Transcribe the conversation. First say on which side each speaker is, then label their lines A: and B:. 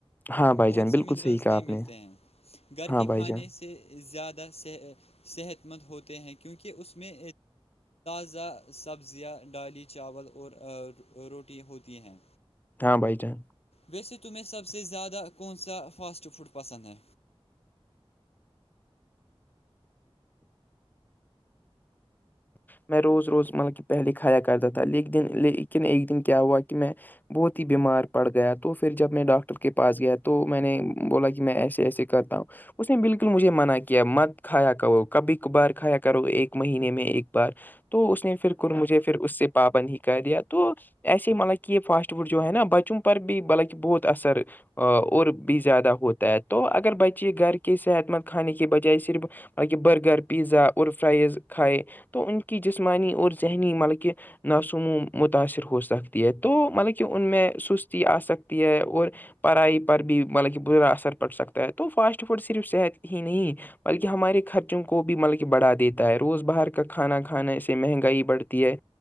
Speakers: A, on the left; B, on the left.
A: ہاں بھائی
B: بہت
A: جان
B: سے
A: بالکل
B: منرلس
A: صحیح کہا
B: نہیں
A: آپ
B: ملتے
A: نے
B: ہیں گھر
A: ہاں
B: کے کھانے
A: بھائی جان
B: سے زیادہ صحت مند ہوتے ہیں کیونکہ اس میں تزا سبزیاں ڈالی چاول اور روٹی ہوتی ہیں
A: ہاں بھائی جان
B: ویسے تمہیں سب سے زیادہ کون سا فاسٹ فوڈ پسند ہے
A: میں روز روز مطلب کہ پہلے کھایا کرتا تھا ل دن لیکن ایک دن کیا ہوا کہ میں بہت ہی بیمار پڑ گیا تو پھر جب میں ڈاکٹر کے پاس گیا تو میں نے بولا کہ میں ایسے ایسے کرتا ہوں اس نے بالکل مجھے منع کیا مت کھایا کرو کبھی کبھار کھایا کرو ایک مہینے میں ایک بار تو اس نے پھر مجھے پھر اس سے پابند ہی کر دیا تو ایسے ہی مطلب کہ یہ فاسٹ فوڈ جو ہے نا بچوں پر بھی مطلب کہ بہت اثر اور بھی زیادہ ہوتا ہے تو اگر بچے گھر کے صحت مند کھانے کے بجائے صرف مطلب کہ برگر پیزا اور فرائز کھائے تو ان کی جسمانی اور ذہنی مطلب کہ نسوموں متاثر ہو سکتی ہے تو مطلب کہ ان میں سستی آ سکتی ہے اور پڑھائی پر بھی مطلب کہ برا اثر پڑ سکتا ہے تو فاسٹ فوڈ صرف صحت ہی نہیں بلکہ ہمارے خرچوں کو بھی مطلب کہ بڑھا دیتا ہے روز باہر کا کھانا کھانا سے مہنگائی بڑتی ہے